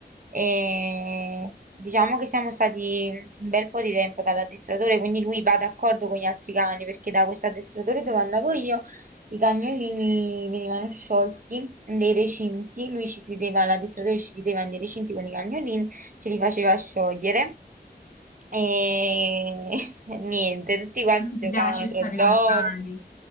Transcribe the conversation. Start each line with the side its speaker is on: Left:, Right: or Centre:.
Right: e diciamo che siamo stati un bel po' di tempo dall'addestratore, quindi lui va d'accordo con gli altri cani perché da questo addestratore dove andavo io i cagnolini venivano sciolti nei recinti, lui ci chiudeva, l'addestratore ci chiudeva nei recinti con i cagnolini, ce li faceva sciogliere. E <laughs> Eh, niente, tutti quanti giocavano
Left: Ti piace
Right: tra
Left: stare
Right: di loro.
Left: con i cani?